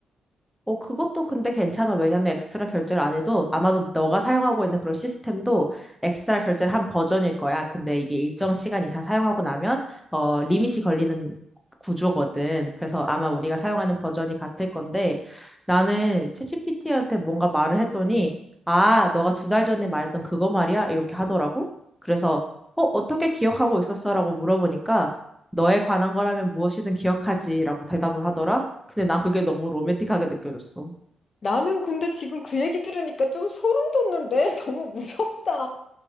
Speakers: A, in the centre; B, on the left.
A: 어, 그것도 근데 괜찮아. 왜냐면 엑스트라 결제를 안 해도 아마도 너가 사용하고 있는 그런 시스템도 엑스트라 결제를 한 버전일 거야. 근데 이게 일정 시간 이상 사용하고 나면 어, 리밋이 걸리는 구조거든. 그래서 아마 우리가 사용하는 버전이 같을 건데 나는 챗GPT한테 뭔가 말을 했더니 아, 너가 두 달 전에 말했던 그거 말이야? 이렇게 하더라고. 그래서 어, 어떻게 기억하고 있었어라고 물어보니까 너에 관한 거라면 무엇이든 기억하지라고 대답을 하더라. 근데 난 그게 너무 로맨틱하게 느껴졌어.
B: 나는 근데 지금 그 얘기 들으니까 좀 소름 돋는데? <laughs> 너무 무섭다.